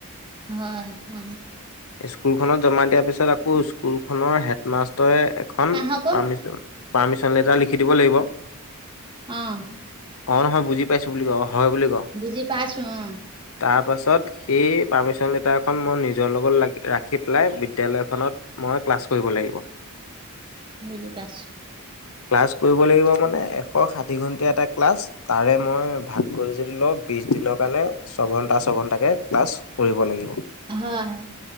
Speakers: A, on the right; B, on the left.
A: হয় অ
B: স্কুলখনত জমা দিয়াৰ পিছত আকৌ স্কুলখনৰ হেডমাষ্টৰে এখন
A: আহক
B: পাৰ্মিচন পাৰ্মিচন লেটাৰ লিখি দিব লাগিব
A: অ
B: অ' নহয় বুজি পাইছোঁ বুলি কওঁ, অ' হয় বুলি কওঁ তাক
A: বুজি পাইছো অ
B: তাৰপাছত, সেই পাৰ্মিচন লেটাৰখন মই নিজৰ লগত লা ৰাখি পেলাই বিদ্যালয়খনত মই ক্লাছ কৰিব লাগিব।
A: বুজি পাইছো
B: ক্লাছ কৰিব লাগিব মানে,
A: উম,
B: এশ সাত দুই ঘণ্টীয়া এটা ক্লাছ তাৰে মই ভাগ কৰিছিলোঁ ধৰি লওঁক, বিছ দিনৰ কাৰণে ছঘণ্টা ছঘণ্টাকে ক্লাছ কৰিব লাগিব।
A: হয়